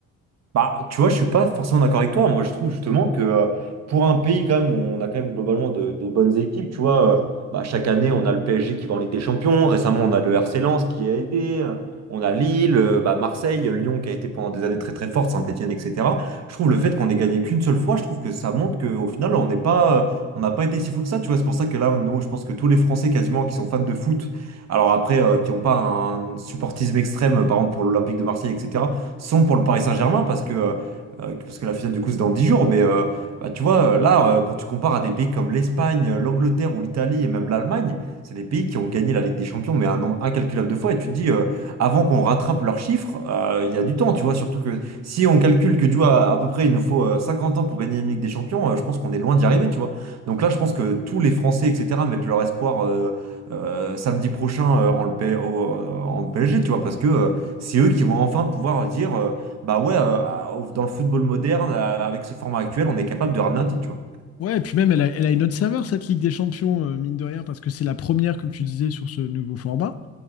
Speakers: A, on the right (about 60°); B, on the left (about 55°).
A: Bah, tu vois, je suis pas forcément d'accord avec toi. Moi, je trouve justement que euh, pour un pays quand même où on a quand même globalement de- des bonnes équipes, tu vois, euh, bah, chaque année on a le PSG qui va en Ligue des Champions. Récemment, on a le RC Lens qui a été, euh, on a Lille, euh, bah, Marseille, Lyon qui a été pendant des années très très forte, Saint-Etienne, etc. Je trouve le fait qu'on ait gagné qu'une seule fois, je trouve que ça montre qu'au final on n'est pas, euh, on n'a pas été si fou que ça. Tu vois, c'est pour ça que là, nous, je pense que tous les Français quasiment qui sont fans de foot, alors après euh, qui n'ont pas un supportisme extrême, euh, par exemple pour l'Olympique de Marseille, etc sont pour le Paris Saint-Germain parce que, euh, euh, parce que la finale, du coup, c'est dans 10 jours. Mais euh, bah, tu vois, euh, là, euh, quand tu compares à des pays comme l'Espagne, euh, l'Angleterre ou l'Italie et même l'Allemagne, c'est des pays qui ont gagné la Ligue des Champions, mais un nombre incalculable de fois. Et tu te dis, euh, avant qu'on rattrape leurs chiffres, euh, il y a du temps, tu vois. Surtout que si on calcule que, tu vois, à peu près, il nous faut euh, 50 ans pour gagner une Ligue des Champions, euh, je pense qu'on est loin d'y arriver, tu vois. Donc là, je pense que tous les Français, etc., mettent leur espoir euh, euh, samedi prochain euh, en, le P- au- euh, en PSG, tu vois, parce que euh, c'est eux qui vont enfin pouvoir dire, euh, bah ouais, euh, à- dans le football moderne, euh, avec ce format actuel, on est capable de ramener un titre, tu vois.
B: Ouais, et puis même, elle a, elle a une autre saveur, cette Ligue des Champions, euh, mine de rien, parce que c'est la première, comme tu disais, sur ce nouveau format.